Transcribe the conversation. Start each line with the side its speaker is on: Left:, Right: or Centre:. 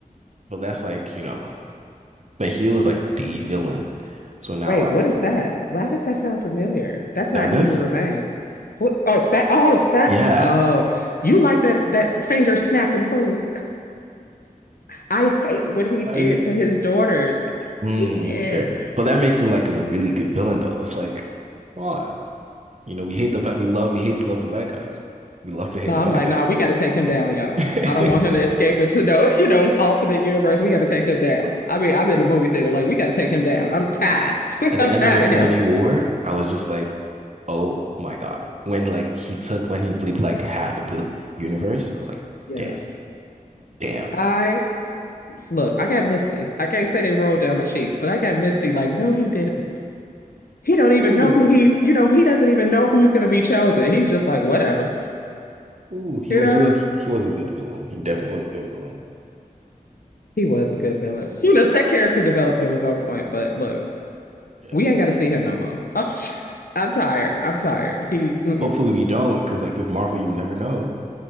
Right: but that's like, you know, but he was like the villain. So now
Left: Wait,
Right: I
Left: what is that? Why does that sound familiar? That's
Right: Thanos?
Left: not He Who Remains. Who, oh, that. Oh, that.
Right: Yeah.
Left: Oh, you like that that finger snapping fool? I hate what he did
Right: I mean,
Left: to his daughters.
Right: Hmm,
Left: I hate
Right: fair.
Left: it.
Right: But that makes him like a really good villain though. It's like, come on. You know, we hate the bad we love we hate to love the bad guys. We love to hate
Left: No, I'm
Right: the bad
Left: like,
Right: guys.
Left: nah, we got to take him down, y'all.
Right: <laughs>
Left: I don't want him to escape into no, <laughs> you know, alternate universe. We got to take him down. I mean, I'm in the movie theater, like we got to take him down. I'm tired. <laughs>
Right: At
Left: I'm
Right: the end
Left: tired
Right: of Infinity
Left: of him.
Right: War, I was just like, oh my God. When like he took when he bleeped like half of the universe, I was like,
Left: Yes.
Right: damn, damn.
Left: I look, I got misty. I can't say they rolled down my cheeks, but I got misty. Like, no, he didn't. he don't even
Right: Ooh.
Left: know who
Right: <laughs>
Left: he's, you know, he doesn't even know who's going to be chosen. He's just like, whatever,
Right: Ooh, he
Left: you
Right: wa-
Left: know.
Right: he was he was a good villain. He definitely was a good villain.
Left: He was a good villain. You know, that character development was on point. But look,
Right: Yeah.
Left: we ain't got to see him no more. <laughs> I'm, I'm tired. I'm tired. He, mm-mm.
Right: Hopefully we don't, because like with Marvel, you never know.